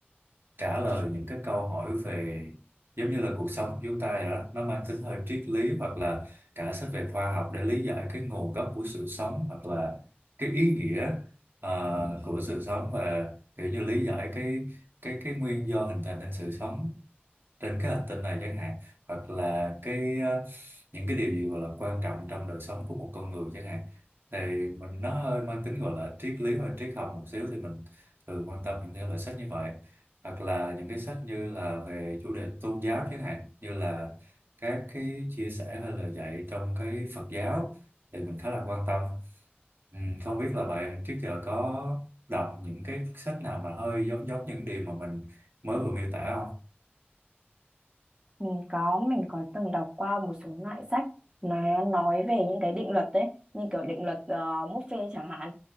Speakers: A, on the right; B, on the right.
A: trả lời những cái câu hỏi về giống như là cuộc sống của chúng ta vậy đó nó mang tính hơi triết lý hoặc là cả sách về khoa học để lý giải cái nguồn gốc của sự sống hoặc là cái ý nghĩa ờ, của sự sống và kiểu như lý giải cái cái cái nguyên do hình thành nên sự sống trên cái hành tinh này chẳng hạn hoặc là cái ờ, những cái điều gì gọi là quan trọng trong đời sống của một con người chẳng hạn thì mình nó hơi mang tính gọi là triết lý hoặc triết học một xíu thì mình thường quan tâm những thể loại sách như vậy hoặc là những cái sách như là về chủ đề tôn giáo chẳng hạn như là các cái chia sẻ hay lời dạy trong cái Phật giáo thì mình khá là quan tâm ừ, không biết là bạn trước giờ có đọc những cái sách nào mà hơi giống giống những điều mà mình mới vừa miêu tả không
B: Mình có, mình có từng đọc qua một số loại sách nó nói về những cái định luật đấy, như kiểu định luật uh, Murphy chẳng hạn,